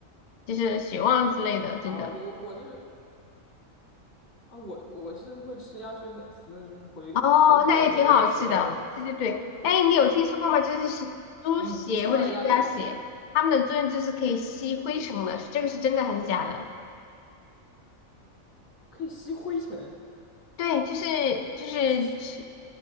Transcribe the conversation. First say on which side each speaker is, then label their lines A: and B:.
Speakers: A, on the left; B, on the left.
A: 就是血旺之类的，真的。
B: 啊！我我我是啊，我我是会吃鸭血粉丝，就是回回国的时候会吃鸭血粉丝。
A: 哦，那也挺好吃的，对对对，哎，你有听说过吗？就是是猪血或者是鸭血，
B: 嗯，超爱鸭血，
A: 它们的作用就是可以吸灰尘的，这个是真的还是假的？
B: 可以吸灰尘，
A: 对，就是就是吃
B: 是